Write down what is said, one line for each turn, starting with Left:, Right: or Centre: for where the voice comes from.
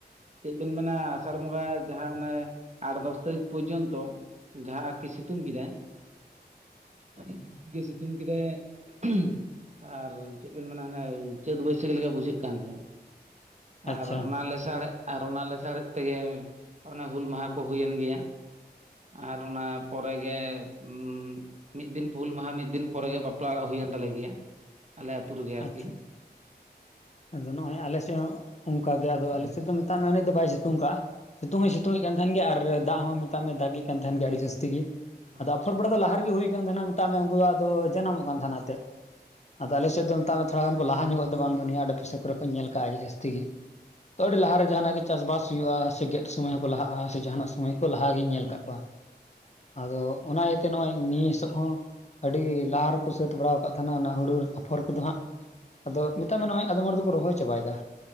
Right: ᱪᱮᱫ ᱵᱮᱱ ᱢᱮᱱᱟ ᱟᱥᱟᱲ ᱵᱚᱸᱜᱟ ᱡᱟᱦᱟᱸ ᱚᱱᱮ ᱟᱴ ᱫᱚᱥ ᱛᱟᱹᱨᱤᱠᱷ ᱯᱚᱨᱡᱚᱱᱛᱚ ᱡᱟᱦᱟᱸ ᱟᱨᱠᱤ ᱥᱤᱛᱩᱝ ᱠᱮᱫᱟᱭ ᱟᱹᱰᱤ ᱡᱟᱹᱥᱛᱤ ᱜᱮ ᱥᱤᱛᱩᱝ ᱠᱮᱫᱟᱭ ᱩᱦᱩᱸ ᱟᱨ ᱪᱮᱫ ᱵᱤᱱ ᱢᱮᱱᱟ ᱦᱟᱱᱮ ᱪᱟᱹᱛ ᱵᱟᱹᱭᱥᱟᱹᱠ ᱞᱮᱠᱟ ᱵᱩᱡᱷᱟᱹᱜ ᱠᱟᱱ ᱛᱟᱦᱮᱸᱱ
Left: ᱟᱪᱪᱷᱟ
Right: ᱟᱨ ᱚᱱᱟ ᱞᱮᱥᱟᱲᱮᱫ ᱟᱨ ᱚᱱᱟ ᱞᱮᱥᱟᱲᱮᱫ ᱛᱮᱜᱮ ᱚᱱᱮ ᱦᱩᱞ ᱢᱟᱦᱟ ᱠᱚ ᱦᱩᱭᱮᱱ ᱜᱮᱭᱟ ᱟᱨ ᱚᱱᱟ ᱯᱚᱨᱮ ᱜᱮ ᱦᱩᱸ ᱢᱤᱫ ᱫᱤᱱ ᱦᱩᱞ ᱢᱟᱦᱟ ᱢᱤᱫ ᱫᱤᱱ ᱯᱚᱨᱮ ᱜᱮ ᱵᱟᱯᱞᱟ ᱚᱲᱟᱜ ᱦᱩᱭᱮᱱ ᱛᱟᱞᱮ ᱜᱮᱭᱟ ᱟᱞᱮ ᱟᱹᱛᱩ ᱨᱮᱜᱮ ᱟᱨᱠᱤ
Left: ᱟᱪᱪᱷᱟ ᱟᱫᱚ ᱱᱚᱜ-ᱚᱭ ᱟᱞᱮ ᱥᱮᱫ ᱦᱚᱸ ᱚᱱᱠᱟ ᱜᱮ ᱟᱫᱚ
Right: ᱦᱮᱸ
Left: ᱟᱞᱮ ᱥᱮᱫ ᱫᱚ ᱢᱮᱛᱟᱜ ᱢᱮ ᱩᱱᱟᱹᱜ ᱫᱚ ᱵᱟᱭ ᱥᱤᱛᱩᱝ ᱠᱟᱜᱼᱟ ᱥᱤᱛᱩᱝ ᱦᱚᱸᱭ ᱥᱤᱛᱩᱝ ᱮᱫ ᱠᱟᱱ ᱛᱟᱦᱮᱱ ᱜᱮᱭᱟ ᱟᱨ ᱫᱟᱜ ᱦᱚᱸ ᱢᱮᱛᱟᱜ ᱢᱮ ᱫᱟᱜᱤ ᱛᱟᱦᱮᱱ ᱜᱮᱭᱟ ᱟᱹᱰᱤ ᱡᱟᱹᱥᱛᱤ ᱜᱤ
Right: ᱟᱪᱪᱷᱟ
Left: ᱟᱫᱚ ᱟᱯᱷᱚᱨ ᱵᱟᱲᱟ
Right: ᱦᱮᱸ
Left: ᱫᱚ ᱞᱟᱦᱟ ᱨᱮᱜᱮ ᱦᱩᱭ ᱠᱟᱱ ᱛᱟᱦᱮᱱᱟ ᱢᱮᱛᱟᱜ ᱢᱮ ᱩᱱᱠᱩ ᱫᱚ ᱟᱫᱚ ᱡᱟᱱᱟᱢᱚᱜ ᱠᱟᱱ ᱛᱟᱦᱮᱱ ᱟᱛᱮᱫ ᱟᱫᱚ ᱟᱞᱮ ᱥᱮᱫ ᱫᱚ ᱛᱷᱚᱲᱟ ᱜᱟᱱ ᱠᱚ ᱞᱟᱦᱟ ᱧᱚᱜᱚᱜ ᱛᱮ ᱫᱚ ᱵᱟᱝ ᱫᱚ ᱱᱤᱭᱟᱹ ᱟᱰᱮ ᱯᱟᱥᱮ ᱠᱚᱨᱮ ᱧᱮᱞ ᱠᱟᱜ-ᱟ ᱟᱹᱰᱤ ᱡᱟᱹᱥᱛᱤ ᱜᱮ ᱟᱹᱰᱤ ᱞᱟᱦᱟᱨᱮ ᱡᱟᱦᱟᱱᱟᱜ ᱜᱮ ᱪᱟᱥ ᱵᱟᱥ ᱦᱩᱭᱩᱜ-ᱟ ᱥᱮ ᱜᱮᱫ ᱥᱚᱢᱚᱭ ᱦᱚᱸᱠᱚ ᱞᱟᱦᱟᱜ-ᱟ ᱥᱮ ᱡᱟᱦᱟᱱᱟᱜ ᱥᱚᱢᱚᱭ ᱠᱚ ᱞᱟᱦᱟᱜᱤᱧ ᱧᱮᱞ ᱠᱟᱜ ᱠᱚᱣᱟ ᱟᱫᱚ ᱚᱱᱟ ᱛᱮ ᱱᱚᱜ-ᱚᱭ ᱱᱤᱥ ᱦᱚᱸ ᱟᱹᱰᱤ ᱞᱟᱦᱟ ᱨᱮᱠᱚ ᱥᱟᱹᱛ ᱵᱟᱲᱟᱣ ᱠᱟᱫ ᱛᱟᱸᱦᱮᱱᱟ ᱚᱱᱟ ᱦᱳᱲᱳ ᱟᱯᱷᱚᱨ ᱠᱚᱫᱚ ᱦᱟᱸᱜ ᱟᱫᱚ ᱢᱮᱛᱟᱜ ᱢᱮ ᱱᱚᱜᱚᱭ ᱟᱫᱚᱢ ᱦᱚᱲ ᱫᱚᱠᱚ ᱨᱚᱦᱚᱭ ᱪᱟᱵᱟᱭ ᱫᱟ